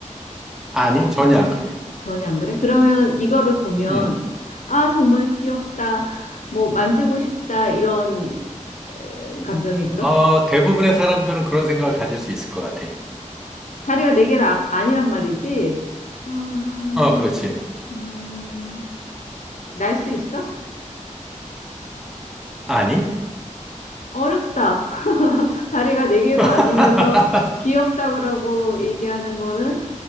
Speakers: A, in the centre; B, on the left.
A: 아니, 전혀 안 그래.
B: 전혀 안 그래? 그러면 이거를 보면,
A: 음,
B: 아, 정말 귀엽다. 뭐, 만지고 싶다. 이런 음, 감정이 들어?
A: 어, 대부분의 사람들은 그런 생각을 가질 수 있을 것 같아.
B: 다리가 네 개가 아- 니란 말이지? 아,
A: 어, 그렇지.
B: 음, 날 수 있어?
A: 아니?
B: 어렵다. <laughs> 다리가 네 개가
A: <laughs>
B: 아니면서 귀엽다 그러고 얘기하는 거는